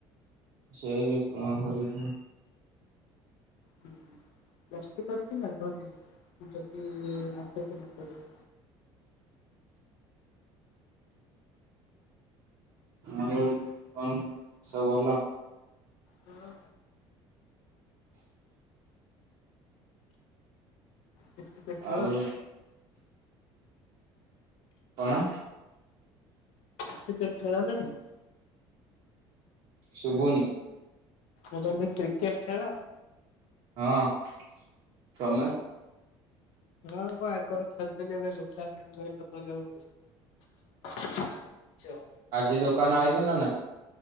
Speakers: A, on the right (about 50°); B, on the left (about 80°).
A: ସେଇ ଡିପ୍ଲୋମା କରିବି।
B: ହୁଁ ପ୍ଲସ ଥ୍ରୀ କରିକି ଲାଭ ନାହିଁ ଯଦି ଆଗକୁ ନ କରିବ।
A: ଆଉ କଣ ସବୁ ଭଲ?
B: ହଁ। କ୍ରିକେଟ ଫ୍ରିକେଟ ଖେଳ
A: ଆଉ କଣ?
B: କ୍ରିକେଟ୍ ଖେଳନ୍ତିନି?
A: ଶୁବୁନି।
B: ମୁଁ କହିଲି କ୍ରିକେଟ୍ ଖେଳ?
A: ହଁ, ତମେ?
B: ହଁ ମୁଁ ଆଗରୁ ଖେଳୁଥିଲି ଏବେ ଦୋକାନ ରହିଲା ପରେ ଆଉ <unintelligible> ଆଉ।
A: ଆଜି ଦୋକାନ ଆଇଚ ନା ନାଇଁ?